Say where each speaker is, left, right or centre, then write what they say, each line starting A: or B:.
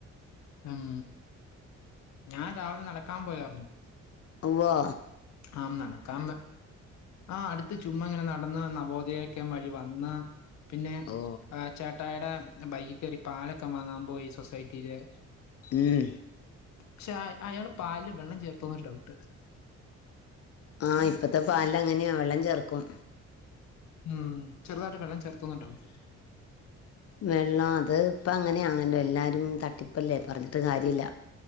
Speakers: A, on the left (about 75°); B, on the left (about 55°).
A: ഉം ഞാൻ രാവിലെ നടക്കാൻ പോയാർന്നു
B: ഉവ്വോ
A: ആഹ് നടക്കാം ന്ന് ആഹ് അടുത്ത്‌ ചുമ്മാ ഇങ്ങനെ നടന്ന് നവോദയക്യാം വഴി വന്ന് പിന്നെ
B: ഓ
A: ചേട്ടായടെ ബൈക്കി കേറി പാലൊക്കെ വാങ്ങാൻ പോയി സൊസൈറ്റീല്
B: ഉം.
A: പക്ഷെ അയാള് പാൽല് വെള്ളം ചേർത്തോന്നൊരു ഡൗട്ട്
B: ആ ഇപ്പത്തെ പാൽലങ്ങനെയാ വെള്ളം ചേർക്കും
A: ഉം ചെറുതായിട്ട് വെള്ളം ചേർത്തോന്നൊരു ഡൗട്ട്
B: വെള്ളം അത് ഇപ്പങ്ങനെയാണല്ലോ എല്ലാരും തട്ടിപ്പല്ലേ പറഞ്ഞിട്ട് കാര്യഇല്ല